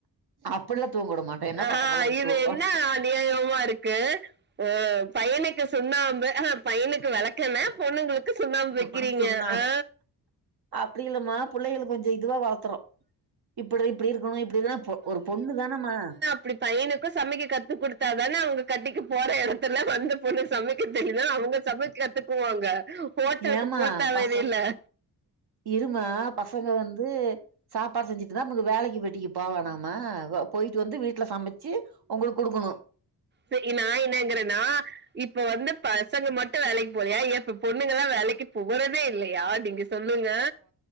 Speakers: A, on the right (about 70°); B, on the right (about 30°).
A: அப்டிலா தூங்க வுட மாட்டே என்ன
B: ஆ
A: பொட்ட புள்ளக்கி
B: இது
A: தூக்கோ
B: என்ன அநியாயமா இருக்கு ஆ பையனுக்கு சுண்ணாம்பு ஆ ஹா பையனுக்கு வெளக்கெண்ண பொண்ணுங்ளுக் கு சுண்ணாம்பு வெக்கிறீங்க
A: இப்டி சொன்னா
B: ஆ
A: அப்டி இல்லமா புள்ளையளுக் கொஞ்சோ இதுவா வளத்துறோ இப்டி இப்டி இருக்கணு இப்டி தா பொ ஒரு பொண்ணு தானம்மா
B: இப்டி பையனுக்கு சமைக்க கத்து குடுத்தா தான அவுங்க கட்டிக்க போற எடத்துல வந்து பொண்ணு சமைக்க தெரிலனா அவுங்க சமைக்க கத்துக்குவாங்க ஹோட்டலுக்கு
A: ஏம்மா
B: போ தேவையில்ல.
A: பச இருமா பசங்க வந்து சாப்பாடு செஞ்சிட்ருந்தா நமக்கு வேலக்கி வெட்டிக்கி போ வேணாமா போய்ட்டு வந்து வீட்ல சமச்சு ஒங்களுக் குடுக்கனு
B: சே நா என்னாங்கறேன்னா இப்ப வந்து பசங்க மட் டு வேலைக் போலயா ஏ இப்ப பொண்ணுங்கல்லா வேலைக்கு போறதே இல்லயா நீங்க சொல்லுங்க